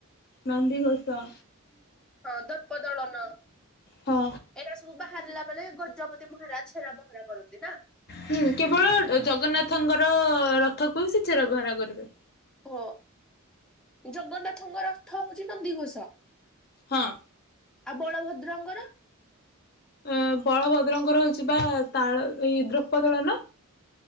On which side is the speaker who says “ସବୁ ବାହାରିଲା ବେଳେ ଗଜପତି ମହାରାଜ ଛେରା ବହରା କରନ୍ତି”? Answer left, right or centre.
Centre